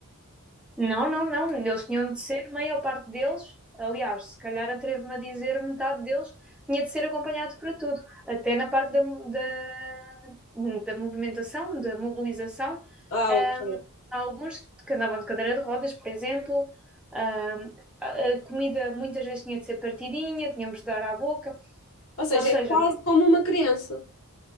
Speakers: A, in the centre; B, on the left.
A: Não, não, não. Eles tinham de ser, maior parte deles, aliás, se calhar atrevo-me a dizer, metade deles tinha de ser acompanhado para tudo, até na parte da, da, da movimentação, da mobilização.
B: Ah,
A: Ahm,
B: ok.
A: há alguns que andavam de cadeira de rodas, por exemplo. Ahm, a a comida muitas vezes tinha de ser partidinha, tínhamos de dar à boca.
B: Ou seja,
A: Ou seja,
B: é quase como uma criança.